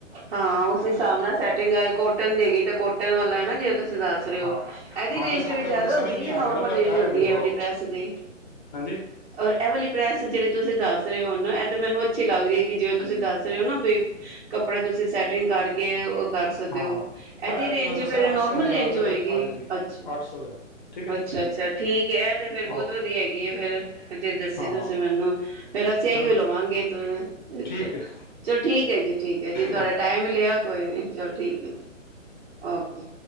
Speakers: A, on the right; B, on the left.
A: ਹਾਂ ਉਸ ਹਿਸਾਬ ਨਾਲ ਸੈਟਿੰਗ ਕੋਟ ਟ ਦੀ ਗਗੀ ਤੇ ਕੋਟਨ ਵਾਲਾਾ ਜੇ ਤੁਸੀਂ ਦੱਸ ਰਹੇ ਹੋ
B: ਹਾਂ
A: ਇਹਦੀ
B: ਹਾਂ
A: ਰੇਂਜ
B: ਜਿਸ ਕੱਪੜੇ
A: ਵੀ ਜ਼ਿਆਦਾ
B: ਮਤਲਬ ਸਮਝ
A: ਹੁੰਦੀ
B: ਨਹੀਂ
A: ਹੈ ਜਾਂ
B: ਆ
A: ਨੋਰਮਲ
B: ਰਿਹਾ ਨਾ ਉਹਦਾ
A: ਰੇਂਜ
B: ਟੈਗ
A: ਹੁੰਦੀ
B: ਦੇਖ
A: ਹੈ
B: ਲਓ
A: ਐਵਲੀਪ੍ਰੈਸ ਦੀ
B: ਹਾਂਜੀ
A: ਔਰ ਐਵਲੀਪ੍ਰੈਸ ਜਿਹੜੀ ਤੁਸੀਂ ਦੱਸ ਰਹੇ ਹੋ ਨਾ ਇਹ ਤਾਂ ਮੈਨੂੰ ਅੱਛੀ ਲੱਗਦੀ ਹੈ ਕਿ ਜਿਵੇਂ ਤੁਸੀਂ ਦੱਸ ਰਹੇ ਹੋ ਨਾ <inaudible> ਕੱਪੜੇ ਤੁਸੀਂ ਸੈਟਿੰਗ ਕਰਕੇ ਕਰ ਸਕਦੇ
B: ਹਾਂ
A: ਹੋ
B: ਮੈਂ
A: ਇਹਦੀ
B: ਇਹ ਤਾਂ
A: ਰੇਂਜ
B: ਤੁਹਾਨੂੰ ਦੱਸਿਆ
A: ਫੇਿਰ ਨੋਰਮਲ
B: ਅੱਠ ਸੌ ਹਜ਼ਾਰ
A: ਰੇਂਜ
B: ਰੁਪਏ
A: ਹੋਏਗੀ
B: ਤੱਕ ਆ ਜਾਏਗੀ
A: ਅੱਛਾ
B: ਅੱਠ ਸੌ ਹਜ਼ਾਰ ਠੀਕ ਹੈ ਜੀ
A: ਅੱਛਾ ਅੱਛਾ ਠੀਕ ਹੈ ਤੇ ਫੇਰ ਬਹੁਤ
B: ਓਕੇ
A: ਵਧੀਆ ਹੈਗੀ ਆ ਫੇਰ ਜ ਦੱਸੇ
B: ਹਾਂ
A: ਤੁਸੀਂ ਮੈਨੂੰ ਫਿਰ ਅਸੀਂ ਇਹੀਓ
B: ਚਲੋ
A: ਲਵਾਂਗੇ ਚਲੋ
B: ਠੀਕ ਹੈ
A: ਠੀਕ ਹੈ ਜੀ ਠੀਕ ਹੈ ਜੀ ਤੁਹਾਡਾ
B: ਓਕੇ
A: ਟਾਈਮ ਲਿਆ ਕੋਈ ਨਹੀਂ ਚਲੋ ਠੀਕ ਹੈ ਜੀ ਓਕੇ